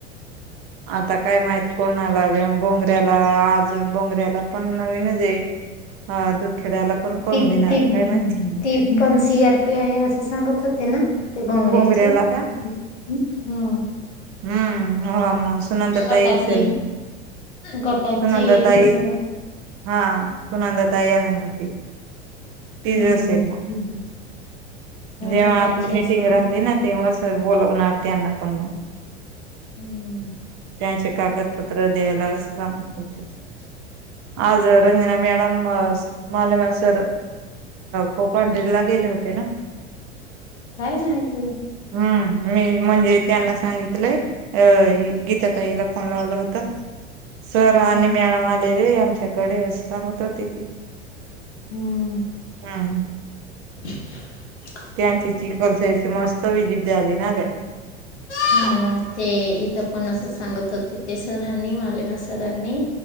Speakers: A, on the right (about 40°); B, on the left (about 75°).
A: आता काय माहित कोणालाे बोंगऱ्याला आज. बोंगऱ्याला पण नवीनचे. हा दुखेड्याला पण कोण
B: ती
A: घेणार
B: ती
A: काय माहिती?
B: ती पण स आर पी आहे. असं सांगत होते ना? ते बहारेची,
A: बोंगऱ्याला का
B: हा.
A: हम्म हा म.. सुनंदा
B: गटाची,
A: ताई असेल मग.
B: गटाची
A: सुनंदा ताई
B: सुसमा
A: हा नंदा ताई आहे म ते. तिज
B: हम्म
A: असेल मग
B: हम्म
A: जेव्हा
B: गटाची
A: आपली मि
B: असं सांगत
A: राहिली ना
B: होते.
A: तेव्हा सर बोलवणार त्यांना पण मग.
B: हम्म
A: त्यांचे कागदपत्र द्यायला अस सांगत होते. आज रंजना मॅडम, मालेमा सर कोपांढरी ला गेले होते ना?
B: काय नाही ते.
A: हम्म, मी म्हणजे त्यांना सांगितलंय अ गीता ताईला फोन लावला होता. सर
B: हम्म
A: आणि मॅडम आलेले आमच्याकडे असं सांगत होते ती.
B: हम्म.
A: हम्म.
B: <inaudible>
A: त्यांची चिखलसची मस्त विजिट झाली ना ग.
B: ह ते इथं पण असं सांगत होते ते सरांनी मले म सरांनी